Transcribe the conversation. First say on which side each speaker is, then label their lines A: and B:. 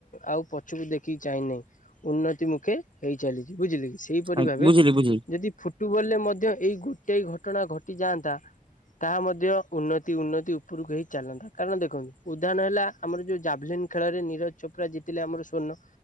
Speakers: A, on the left; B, on the right.
A: ଆଉ ପଛକୁ ଦେଖିକି ଚାହିଁ ନାହିଁ। ଉନ୍ନତି ମୁଖେ ହେଇ ଚାଲିଛି ବୁଝିଲେ କି। ସେଇପରି
B: ଆଜ୍ଞା,
A: ଭାବେ
B: ବୁଝିଲି ବୁଝିଲି
A: ଯଦି ଫୁ ଫୁଟୁବଲ ରେ ମଧ୍ୟ ଏଇ ଗୋଟେ ଘଟଣା ଘଟିଯାଆନ୍ତା ତାହା ମଧ୍ୟ ଉନ୍ନତି ଉନ୍ନତି ଉପରକୁ ହେଇ ଚାଲନ୍ତା କାରଣ ଦେଖନ୍ତୁ ଉଦାହରଣ ହେଲା ଆମର ଯୋଉ ଜାଭଲିନ୍ ଖେଳରେ ନିରଜ ଚୋପ୍ରା ଜିତିଲେ ଆମର ସ୍ଵର୍ଣ୍ଣ।